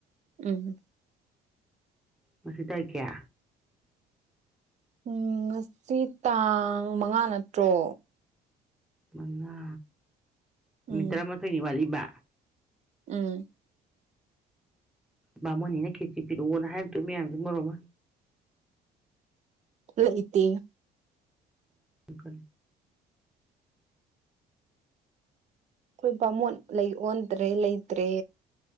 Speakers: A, on the right (about 45°); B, in the centre.
A: ꯎꯝ
B: ꯃꯁꯤꯁꯤ ꯇꯥꯏ ꯀꯌꯥ
A: ꯎꯝ ꯉꯁꯤ ꯇꯥꯡ ꯃꯉꯥ ꯅꯠꯇ꯭ꯔꯣ
B: ꯃꯉꯥ ꯅꯨꯃꯤꯠ
A: ꯎꯝ
B: ꯇꯔꯥꯃꯥꯊꯣꯏꯅꯤ ꯋꯥꯠꯂꯤꯕ
A: ꯎꯝ
B: ꯕꯥꯃꯣꯅꯤꯅ ꯈꯦꯠꯆ ꯄꯤꯔꯛꯑꯣꯅ ꯍꯥꯏꯔꯛꯇꯣꯏ ꯃꯌꯥꯝꯁꯦ ꯃꯔꯣ ꯑꯃ
A: ꯂ ꯏꯇ
B: ꯀꯦ
A: ꯑꯩꯈꯣꯏ ꯕꯥꯃꯣꯣꯟ ꯂꯩ ꯑꯣꯟꯗ꯭ꯔꯦ ꯂꯩꯇ꯭ꯔꯦ